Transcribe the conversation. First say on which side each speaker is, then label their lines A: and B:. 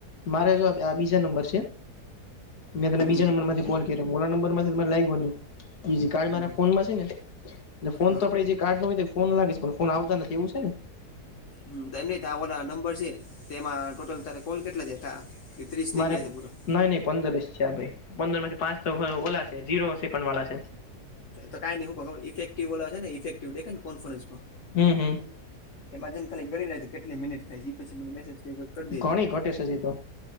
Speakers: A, on the left; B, on the left.
A: મારે જો આ બીજા નંબર છે. મેં તને
B: હમ
A: બીજા નંબર માંથી કોલ કર્યો ઓલા નંબર માથી મને લાઈગો નહીં બીજી કાર્ડ
B: હમ
A: મારા ફોન માંજ છે ને ને ફોન
B: હા
A: તો આપડે જે કાઢ ન હોય ફોન લાગે પણ ફોન આવતા નથી એવું છે ને.
B: હમ્મ, તેમ નહીં તા ઓલા નંબર છે તેમાં ટોટલ તારા કોલ કેટલા જ્યાં તા? કે ત્રીસ થઈ
A: મારે
B: ગયા છે પૂરા?
A: નઈ નઈ પંદર જ છે આ ભાઈ પંદરમાંથી પાંચ તો ઓલા છે ઝીરો સેકન્ડ વાળા છે.
B: ઈતો કાઈ ની હું કઉં ખબરે ઈફેક્ટિવ ઓલા છે ને ઇફેક્ટિવ દેખાયને કોન્ફરન્સમાં
A: હમ હમ
B: એમાં જઈને ખાલી ગણી લેજે કેટલી મિનિટ થાય છે ઈ પછી મને મેસેજ કરવો હોય તો કર દેજે.
A: ઘણી ઘટે છે હજી તો